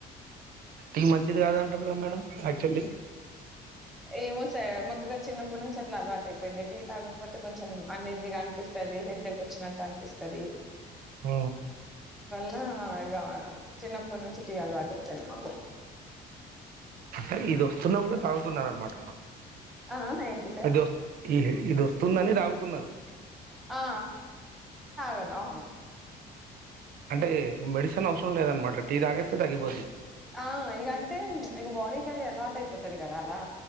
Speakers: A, on the right; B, in the centre.
A: ఇక మంచిది కాదంటారు మేడం ఆక్చువల్లీ
B: ఏమో సా మొక్కగా చిన్నప్పటి నుంచి అట్లా అలవాటు అయిపోయింది టీ తాగకపోతే కొంచెం అన్ఈజీగా అనిపిస్తుంది హెడ్డక్ వచ్చినట్టు అనిపిస్తుంది
A: ఆ
B: ఇ చిన్నప్పటి నుంచి టీ అలవాటచ్చాను
A: అంటే ఇ వస్తున్నా కూడా తగుతున్నా అమాట
B: ఆ ఆ ఏంటి సార్
A: అది వ ఈ ఇది వస్తుందని తగుతున్నారు
B: ఆ ఆ సగను అవును
A: అంటే మెడిసిన్ అవసరం లేదనమాట టీ తాగేస్తే తగ్గిపోద్ది
B: ఆ ఇకంటే ఇక బాడీ కారీ అలవాటు అయిపోతది కదా అలా